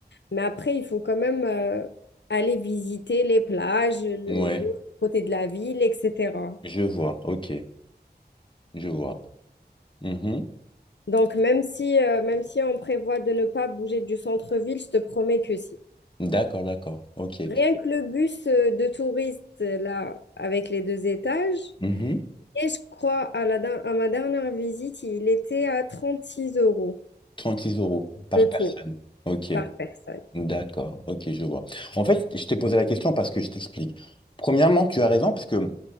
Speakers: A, on the left (about 90°); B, on the left (about 30°).
A: Mais après, il faut quand même euh, aller visiter les plages, le,
B: Mhm. Ouais,
A: l'autre côté de la ville, etc.
B: je vois. Ok, je vois. Mhm.
A: Donc, même si, euh, même si on prévoit de ne pas bouger du centre-ville, je te promets que si.
B: D'accord, d'accord. OK.
A: Rien que le bus euh, de touristes, euh, là, avec les deux étages,
B: Mhm.
A: et je crois à, la, der- à ma dernière visite, il était à 36 euros
B: 36 euros par
A: le
B: personne.
A: tour.
B: OK.
A: par personne.
B: D'accord. OK, je vois. En fait, je t'ai posé la question parce que je t'explique. Premièrement, tu as raison parce que